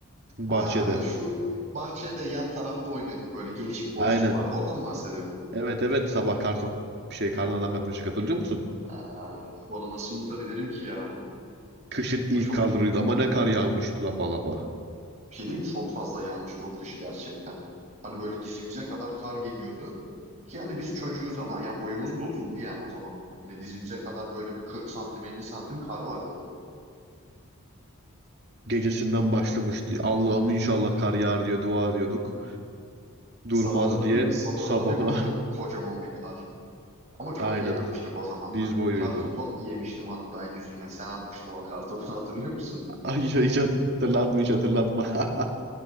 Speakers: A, on the right; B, on the right.
A: Bahçede.
B: Ha şu bahçede yan tarafta oynuyorduk böyle geniş bir boşluk
A: Aynen.
B: vardı. Oradan mı bahsediyorsun?
A: Evet evet sabah kartop şey karnadan yapmıştık hatırlıyor musun?
B: Ha, onu nasıl unutabilirim ki ya?
A: Kışın
B: O
A: ilk
B: çok
A: karlarıydı ama ne kar yağmıştı lapa lapa.
B: bir şey diyeyim mi? Çok fazla yağmıştı o kış gerçekten. Hani böyle dizimize kadar kar geliyordu. Ki yani biz çocuğuz ama yani boyumuz da uzundu yani o zamanlar. Yine dizimize kadar böyle bir 40 santim 50 santim kar vardı.
A: Gecesinden başlamıştı. Allah'ım inşallah kar yağar diye dua ediyorduk. Durmaz
B: Sabahına
A: diye
B: bir sabahına
A: sabahına
B: bir baktık kocaman bir kar.
A: <laughs>
B: Ama çok
A: aynen
B: eğlenmiştik o zamanlar
A: diz
B: ya.
A: boyuydu.
B: Kar topu yemiştim hatta yüzüme. Sen atmıştın o kar topunu hatırlıyor musun?
A: Ay hiç hatırlatma hiç hatırlatma. <laughs>